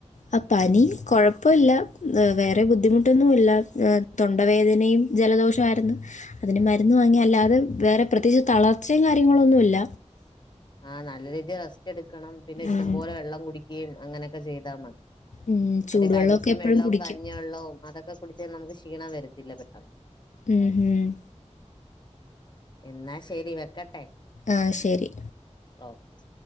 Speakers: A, on the left; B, on the left.
A: ആ പനി കുഴപ്പല്ല വേറെ ബുദ്ധിമുട്ടൊന്നുല്ല. തൊണ്ടവേദനയും ജലദോഷായിരുന്നു അതിന് മരുന്ന് വാങ്ങി അല്ലാതെ വേറെ പ്രത്യേകിച്ച് തളർച്ചയും കാര്യങ്ങള് ഒന്നുല്ല
B: ആഹ് നല്ല രീതിയിൽ റെസ്റ്റ് എടുക്കണം പിന്നെ ഇഷ്ടം
A: ഉം,
B: പോലെ വെള്ളം കുടിക്കുകയും അങ്ങനെയൊക്കെ ചെയ്താൽ മതി
A: ഉം,
B: മറ്റെ
A: ചൂടുവെള്ളമൊക്കെ
B: കരിക്കിൻ
A: എപ്പോഴും
B: വെള്ളവും
A: കുടിക്കും
B: കഞ്ഞി വെള്ളവും അതൊക്കെ കുടിച്ച നമുക്ക് ക്ഷീണം വരത്തില്ല പെട്ടെന്ന്
A: ഉം ഉം
B: എന്നാ ശരി വെക്കട്ടെ
A: ആഹ് ശരി
B: ആഹ്